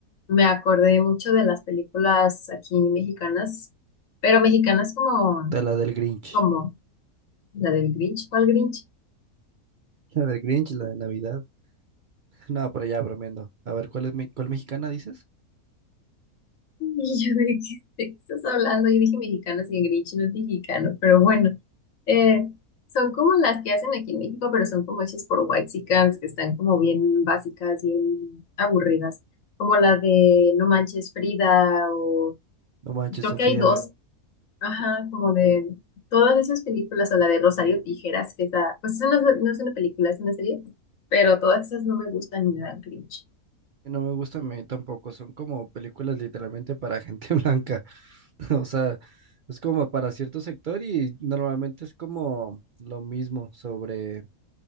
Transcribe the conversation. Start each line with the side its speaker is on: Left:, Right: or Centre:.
Left: me acordé mucho de las películas aquí mexicanas, pero mexicanas como,
Right: De la del Grinch.
Left: como la del Grinch, ¿cuál Grinch? <laughs>
Right: La del Grinch, la de Navidad. <laughs> No, pero ya bromeando. A ver, ¿cuál es mi- cuál mexicana dices?
Left: Y yo de qué, de qué estás hablando, yo dije mexicanas y el Grinch no es mexicano, pero bueno, eh, son como las que hacen aquí en México, pero son como hechas por whitexicans, que están como bien básicas, bien aburridas, como la de No Manches Frida o
Right: No manches,
Left: creo
Right: Sofía.
Left: que hay dos. Ajá, como de todas esas películas, o la de Rosario Tijeras, que está, pues esa no, es no es una película, es una serie, pero todas esas no me gustan ni me dan cringe.
Right: No me gustan a mí tampoco. Son como películas literalmente para gente <laughs> blanca. <laughs> O sea, es como para cierto sector y normalmente es como lo mismo sobre